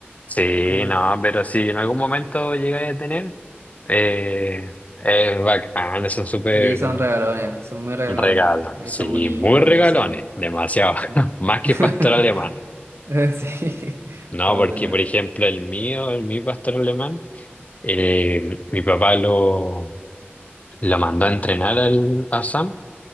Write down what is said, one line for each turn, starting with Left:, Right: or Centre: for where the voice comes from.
Left: Sí,
Right: Como...
Left: no, pero si en algún momento llegáis a tener, eh, es bacán, son súper.
Right: Sí, son regalones, son muy regalones.
Left: Regalo,
Right: Y
Left: sí,
Right: son bonitos,
Left: muy regalones,
Right: sí,
Left: demasiado,
Right: sí.
Left: <laughs> más que
Right: <laughs>
Left: pastor alemán.
Right: Eh, Sí.
Left: No,
Right: Oh,
Left: porque
Right: de nuevo.
Left: por ejemplo el mío, el mi pastor alemán, eh, mi papá lo, lo mandó a entrenar al, a Sam